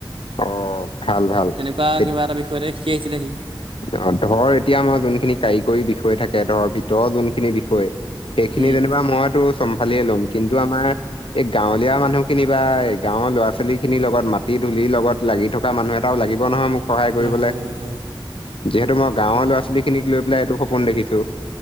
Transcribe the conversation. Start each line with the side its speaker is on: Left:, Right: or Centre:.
Left: অ ভাল ভাল
Right: তেনেকুৱা
Left: এত-
Right: কিবা এটা বিষয়তে শিকি আহিছিলে সি
Left: অ ধৰ এতিয়া আমাৰ যোনখিনি কাৰিকৰী বিষয় থাকে ধৰ ভিতৰৰ যোনখিনি বিষয় সেইখিনি
Right: উম
Left: যেনিবা মইতো চম্ফালিয় ল'ম কিন্তু আমাৰ এই গাঁৱলীয়া মানুহখিনি বা গাঁৱৰ ল'ৰা ছোৱালী খিনিৰ লগত মাটিত ধূলি লগত লাগি থকা মানুহ এটাও লাগিব নহয় মোক সহায় কৰিবলে
Right: অ, হ, অ, হ,
Left: যিহেতু মই গাঁৱৰ ল'ৰা ছোৱালীখিক লৈ পেলাই এইটো সপোন দেখিছোঁ